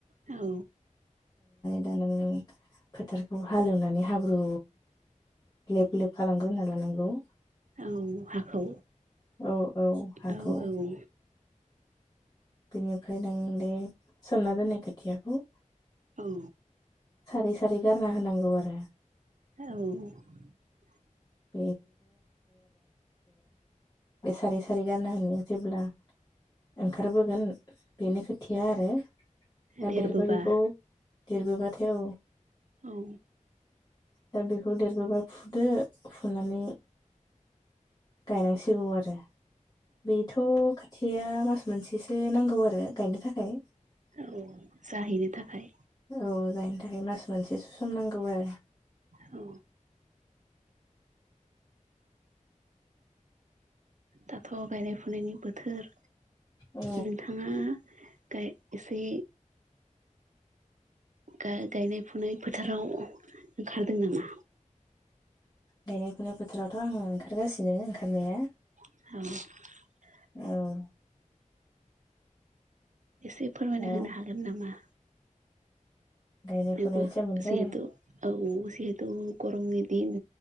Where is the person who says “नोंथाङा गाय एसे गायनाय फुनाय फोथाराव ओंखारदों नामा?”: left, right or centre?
Right